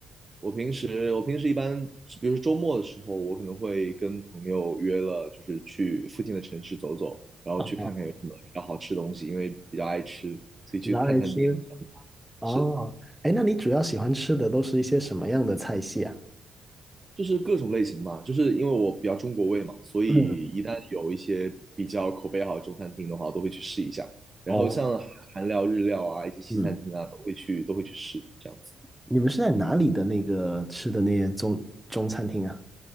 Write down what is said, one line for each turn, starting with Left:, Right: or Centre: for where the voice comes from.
Right: 我平时我平时一般，比如说周末的时候，我可能会跟朋友约了，就是去附近的城市走走，然后去看看有什么比较好吃的东西，
Centre: 啊，
Right: 因为比较爱吃，所以去探探店这样子。
Centre: 拿来吃。哦，
Right: 是。
Centre: 哎，那你主要喜欢吃的都是一些什么样的菜系啊？
Right: 就是各种类型嘛，就是因为我比较中国胃嘛，所以一旦有一些比较口碑好的中餐厅的话，
Centre: 嗯，
Right: 我都会去试一下。然后像韩韩料、
Centre: 哦，
Right: 日料啊，一些西餐厅啊，
Centre: 嗯。
Right: 都会去都会去试这样子。
Centre: 你们是在哪里的那个吃的那些中中餐厅啊？